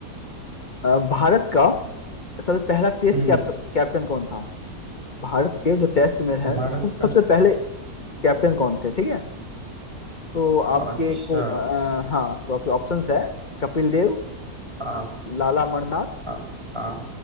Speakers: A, on the left (about 35°); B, on the right (about 20°).
A: अ, भारत का सबसे पहला टेस्ट
B: हम्म
A: कैप्ट, कैप्टन कौन था भारत के जो टेस्ट में है
B: भारत
A: उसके सब-
B: का
A: सबसे पहले कैप्टन कौन थे ठीक है तो आपके
B: अच्छा
A: को अ, हाँ तो आपके ऑप्शंस है कपिल देव
B: हाँ
A: लाला मरनाथ
B: हाँ हाँ